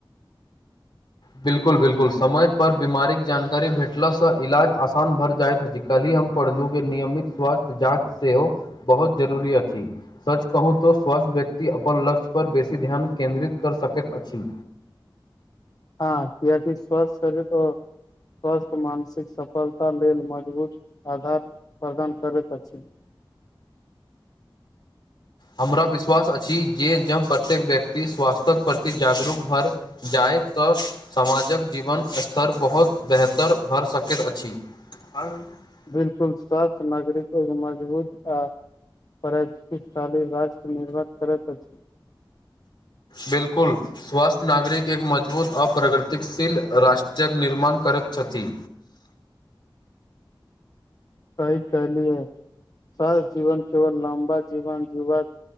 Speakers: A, on the left; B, on the left.
A: बिलकुल बिलकुल समय पर बीमारीक जानकारी भेटलासँ इलाज आसान भर जायइत अछि कलही हम पढ़लू के नियमित स्वास्थ्य जाँच सेहो बहुत जरूरी अछि सच कहू तऽ स्वस्थ व्यक्ति अपन लक्ष्यपर बेसी ध्यान केन्द्रित करऽ सकैत अछि
B: हँ कियाकि स्वास्थ शरिरो स्वस्थ मानसिक सफलता लेल मजबूत आधार प्रदान करैत अछि
A: हमरा विश्वास अछि जे जँ प्रत्येक व्यक्ति स्वास्थ्यक प्रति जागरूक भर जाहिसँ समाजक जीवन स्तर बहुत बेहतर भऽ सकैत अछि हर <unintelligible>
B: बिलकुल सच नागरीक मजबूत आ प्रतिशाली राष्ट्र निर्भर करैत अछि
A: बिल्कुल स्वास्थ्य नागरिक एक मजबूत आ प्रगतिशील राष्ट्रके निर्माण करैत छथि
B: सही कैहलीयै सहस जीवन केवल लम्बा जीवन जीवाक